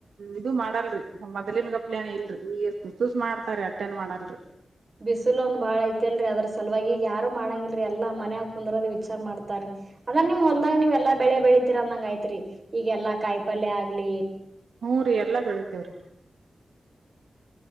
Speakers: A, on the right; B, on the right.
A: ಇದು ಮಾಡಲ್ರಿ ಮೊದ್ಲಿನ್ ಗಪ್ಲನ್ ಇಲ್ರಿ ಯು ಎಸ್ ಮಾಡ್ತಾರ ಅಟೆನ್ ಮಾಡಲ್ರಿ.
B: ಬಿಸ್ಲ ಒಂದ್ ಬಾಳ ಐತ್ಲ್ರಿ ಅದ್ರ ಸಲ್ವಾಗಿ ಯಾರು ಮಾಡಂಗಿಲ್ರಿ ಎಲ್ಲ ಮನ್ಯಾಗ್ ಕುಂದ್ರದ ವಿಚಾರ ಮಾಡ್ತಾರೀ ಅಲ್ಲ ನಿಮ್ ಹೊಲ್ದಗ್ ನೀವ್ ಎಲ್ಲ ಬೆಳೆ ಬೆಳಿತೀರ ಅಂದಂಗ್ ಆಯ್ತ್ರಿ. ಈಗೆಲ್ಲಾ ಕಾಯ್ಪಲ್ಯ ಆಗ್ಲಿ.
A: ಹುರಿ ಎಲ್ಲ ಬೆಳಿತ್ವ್ರಿ.